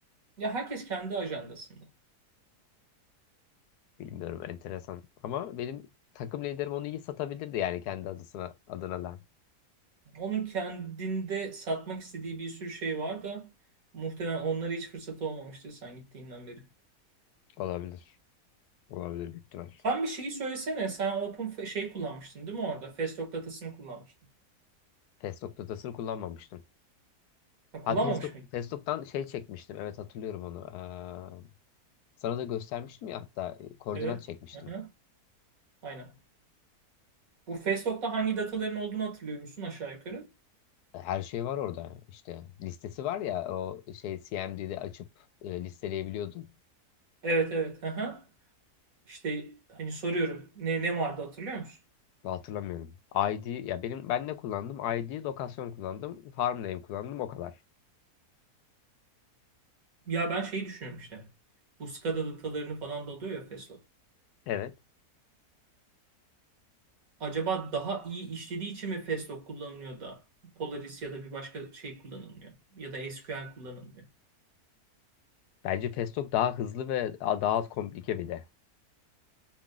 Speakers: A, on the right; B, on the left.
A: Ya herkes kendi ajandasında.
B: Bilmiyorum, enteresan. Ama benim takım liderim onu iyi satabilirdi yani kendi adısına, adına da.
A: Onun kendinde satmak istediği bir sürü şey var da muhtemelen onlara hiç fırsat olmamıştır sen gittiğinden beri.
B: Olabilir. Olabilir büyük ihtimal.
A: Sen bir şeyi söylesene. Sen Open Fe- şey kullanmıştın değil mi orada? Festock datasını kullanmıştın.
B: Facebook datasını kullanmamıştım.
A: Ha, kullanmamış
B: Ha Facebook,
A: mıydın?
B: Facebook'tan şey çekmiştim. Evet hatırlıyorum onu. Ee, sana da göstermiştim ya hatta e, koordinat
A: Evet.
B: çekmiştim.
A: Aha, aynen. Bu Festock'ta hangi dataların olduğunu hatırlıyor musun aşağı yukarı?
B: E, Her şey var orada işte. Listesi var ya o şey CMD'de açıp e, listeleyebiliyordun.
A: Evet evet. Aha. İşte hani soruyorum. Ne ne vardı hatırlıyor musun?
B: Ben Hatırlamıyorum. ID ya benim ben ne kullandım? ID, lokasyon kullandım. Farm name kullandım o kadar.
A: Ya ben şeyi düşünüyorum işte. Bu SCADA datalarını falan da alıyor ya Festo.
B: Evet.
A: Acaba daha iyi işlediği için mi Festo kullanılıyor da Polaris ya da bir başka şey kullanılmıyor? Ya da SQL kullanılmıyor.
B: Bence Festock daha hızlı ve daha az komplike bir de.